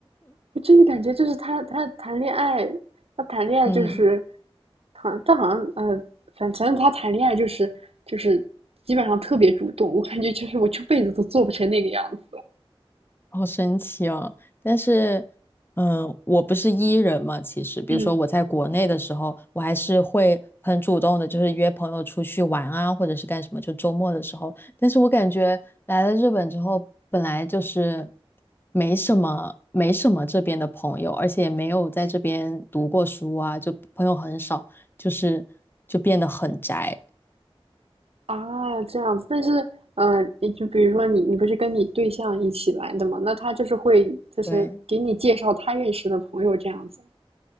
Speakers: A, on the right (about 80°); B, on the left (about 20°).
A: 我真的感觉就是他他谈恋爱，他谈恋爱就是，
B: <laughs> 嗯。
A: 好像他好像呃，反反正他谈恋爱就是就是基本上特别主动，我感觉就是我这辈子都做不成那个样子，
B: 好神奇哦！但是，嗯、我不是 E 人嘛，其实，比如说我在国内的时候，
A: 嗯。
B: 我还是会很主动的，就是约朋友出去玩啊，或者是干什么，就周末的时候。但是我感觉来了日本之后，本来就是没什么，没什么这边的朋友，而且也没有在这边读过书啊，就朋友很少，就是就变得很宅。
A: 啊，这样子，但是，嗯，你就比如说你，你不是跟你对象一起来的嘛？那他就是会，就是给你介绍他认识的朋友这样子。
B: 对，